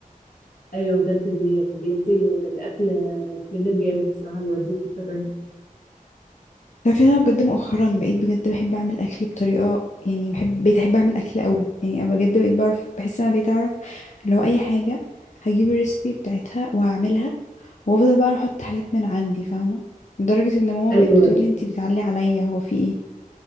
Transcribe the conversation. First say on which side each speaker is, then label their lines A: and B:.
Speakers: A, on the left; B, on the left.
A: ايوه بجد بي- بيدي للاكل فليفر جامد بصراحه بيوديه في حته تانية
B: تعرفي إن انا بجد مؤخرا بقيت بجد بحب اعمل اكل بطريقه يعني بحب بقيت احب اعمل اكل قوي يعني انا بجد بقيت بعرف بحس ان انا بقيت اعرف لو اي حاجه هجيب الريسبي بتاعتها وهعملها وافضل بقى أنا احط حاجات من عندي فاهمه لدرجه ان ماما
A: ايوه
B: بقت بتقول لي انتي بتعلي عليا هو في ايه